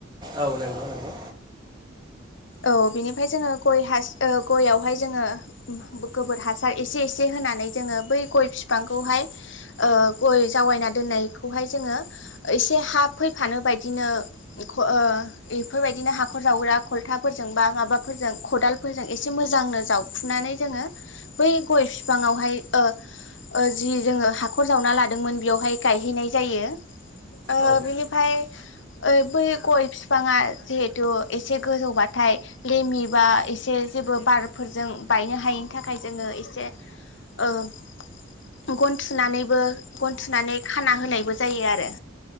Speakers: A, on the right (about 25°); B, on the left (about 75°).
A: औ नंगौ नंगौ।
B: औ बिनिफ्राय जोङो गय हास ओ गयावहाय जोङो गोबोर हासार एसे एसे होनानै जोङो बै गय बिफांखौहाय ओ गय जावायना दोननायखौहाय जोङो एसे हा फैफानो बायदिनो ख ओ बेफोरबायदिनो हाखर जावग्रा खल थाफोरजों बा माबाफोरजों खदालफोरजों एसे मोजांनो जावखुनानै जोङो बै गय बिफांआवहाय ओ ओ जि जोङो हाखर जावना लादोंमोन बेयावहाय गायहैनाय जायो। ओ
A: औ
B: बिनिफाय ओइ बै गय बिफाङा जिहेथु एसे गोजौबाथाय लेमि बा एसे जेबो बारफोरजों बायनो हायैनि थाखाय जोङो एसे ओ गन थुनानैबो गन थुनानै खाना होनायबो जायो आरो।